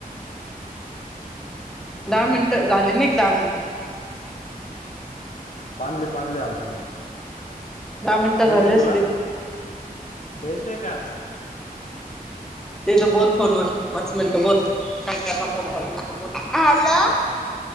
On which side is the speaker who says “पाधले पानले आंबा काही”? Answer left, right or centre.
Left